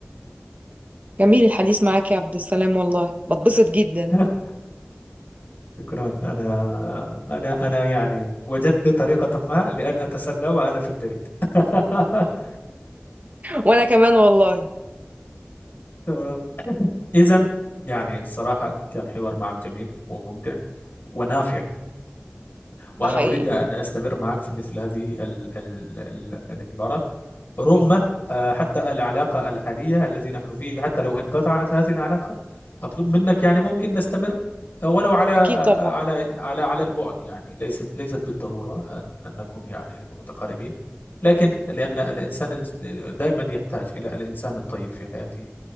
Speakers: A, on the right; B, on the left.
A: جميل الحديث معاك يا عبد السلام والله بتبسط جدا
B: <laughs> شكرا أنا أنا أنا يعني وجدت طريقة ما لأن أتسلى وأنا في البيت <laughs>
A: وانا كمان والله
B: تمام إذا يعني الصراحة كان حوار معك جميل وممتع ونافع
A: ده
B: وأنا
A: حقيقي
B: أريد أن أستمر معك في مثل هذه ال- ال- ال- الحوارات رغم آه، حتى العلاقة الحالية التي نحن فيه حتى لو انقطعت هذه العلاقة أطلب منك يعني ممكن نستمر آه، ولو على آه،
A: اكيد طبعا
B: على على على البعد يعني ليست ليست بالضرورة أن أن نكون يعني متقاربين لكن لأن الإنسان الج- دائما يحتاج إلى الإنسان الطيب في حياته